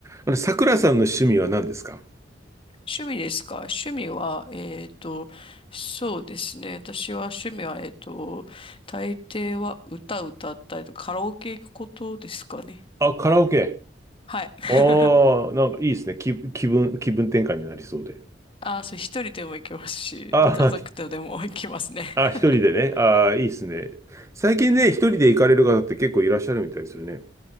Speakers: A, on the right (about 15°); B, on the left (about 30°).
A: あれ、桜さんの趣味は何ですか
B: 趣味ですか趣味は、えっと、そうですね。私は趣味は、えっと、大抵は歌歌ったりとかカラオケ行くことですかね。
A: あ、カラオケ。
B: はい。<laughs>
A: ああ、なんかいいですね。気、気分、気分転換になりそうで。
B: ああ、そう、一人でも行きますし、
A: あ
B: 家族とでも行きますね。
A: あ、あ、一人でね。
B: <laughs>
A: ああ、いいですね。最近ね、一人で行かれる方って結構いらっしゃるみたいですよね。